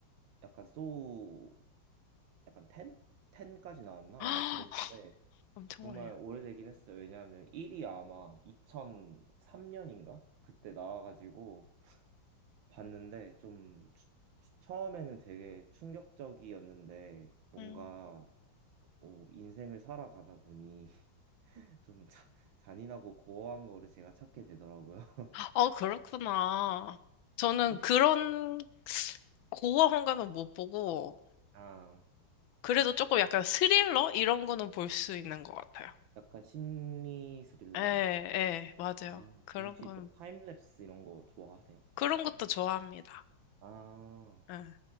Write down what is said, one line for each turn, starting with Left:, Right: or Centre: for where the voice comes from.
Right: 약간 소우 약간 10? 10까지 나왔나?
Left: <gasps> 아,
Right: 아마 그랬는데
Left: 엄청
Right: 정말
Left: 많이.
Right: 오래되긴 했어요. 왜냐하면 1이 아마 2003년인가? 그때 나와 가지고 봤는데 좀 추- 추- 처음에는 되게 충격적이었는데 뭔가
Left: 음.
Right: 어, 인생을 살아가다 보니 <laughs> 좀 자- 잔인하고 고어한 거를 제가 찾게 되더라고요. <laughs>
Left: 아, 그렇구나. 저는
Right: 혹시
Left: 그런 고어한 거는 못 보고,
Right: 아
Left: 그래도 조금 약간 스릴러? 이런 거는 볼 수 있는 것 같아요.
Right: 약간 심리 스릴러
Left: 예, 예,
Right: 약간
Left: 맞아요.
Right: 아
Left: 그런
Right: 그럼 혹시
Left: 거는,
Right: 뭐 타임랩스 이런 거 좋아하세요?
Left: 그런
Right: 약간
Left: 것도 좋아합니다.
Right: 아
Left: 예.